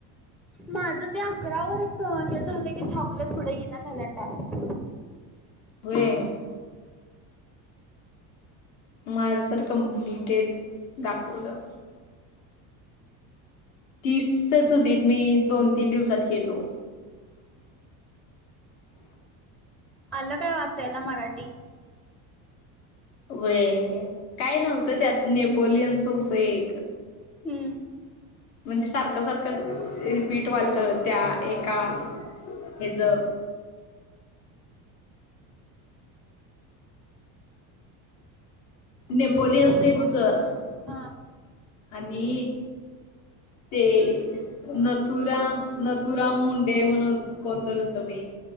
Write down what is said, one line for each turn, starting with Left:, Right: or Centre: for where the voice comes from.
Centre: माझ ते अकरा वच हे सगलंय की थांबलं पुढे ये ना झालं टस्ट
Left: होय मग आज तर कम्प्लिटेट दाखवलं तीसच होती मी दोन तीन दिवसात केलो
Centre: आलं काय वाचायला मराठी
Left: वे काय नव्हतं त्यात नेपोलियनचं होतं एक
Centre: हम्
Left: म्हणजे सारखं सारखं रिपीट वालतं त्या एका ह ज नेपोलियनच
Centre: हॅलो
Left: एक हुतं.
Centre: हा
Left: आणि ते. नथुराम नथुराम मुंडे म्हणून कोण तर ऋत बाई.